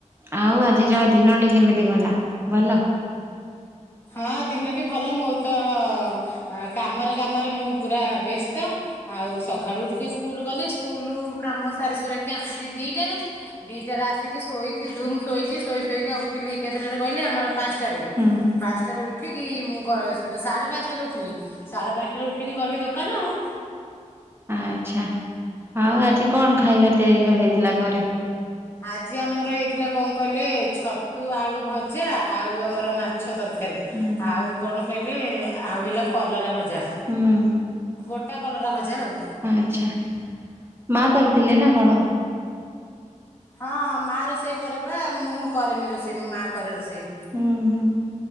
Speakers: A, on the right; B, on the left.
A: ଆଉ ଆଜି ଯା ଦିନଟି କେମିତି ଗଲା ଭଲ?
B: ହଁ ଦିନଟି ଭଲ ମୋତ ଆଁ କାମରେ କାମରେ ମୁଁ ପୁରା ବ୍ୟସ୍ତ। ଆଉ ସକାଳୁ ଉଠିକି ସ୍କୁଲ୍ ଗଲି ସ୍କୁଲ କାମ ସାରି ସୁରାକି ଆସିଲି ଦିଇଟାରେ। ଦିଇଟାରେ ଆସିକି ଶୋଇଛି ଧୂମ୍ ଶୋଇଛି ଶୋଇ ଶୋଇକା ଉଠିଲି କେତେଟାରେ କହିଲେ ଆମର ପାଞ୍ଚଟାରେ।
A: ହୁଁ
B: ପାଞ୍ଚଟାରେ ଉଠିକି ମୁଁ ଗ ସାଢ଼େ ପାଞ୍ଚଟାରେ ଉଠିଲି। ସାଢ଼େ ପାଞ୍ଚଟାରେ ଉଠିକି ଗଲି ଦୋକାନ ଆଉ।
A: ଆଚ୍ଛା ଆଉ ଆଜି କଣ ଖାଇବା ତିଆରି କ ହେଇଥିଲା ଘରେ?
B: ଆଜି ଆମର ହେଇଥିଲା କଣ କହିଲେ ଛତୁ ଆଳୁ ଭଜା ଆଉ ଆମର ମାଛ ତର କାରୀ,
A: ହୁଁ ହୁଁ
B: ଆଉ କଣ? କହିଲେ ଆଉ ହେଲା କଲରା ଭଜା,
A: ହୁଁ
B: ଗୋଟା କଲରା ଭଜା ଆଉ।
A: ଆଚ୍ଛା, ମା କରିଥିଲେ ନା କଣ?
B: ହଁ ମାଆ ରୋଷେଇ କରେପା ମୁଁ କରେନି ରୋଷେଇ ମୋ ମାଆ କରେ ରୋଷେଇ।
A: ହୁଁ ହୁଁ,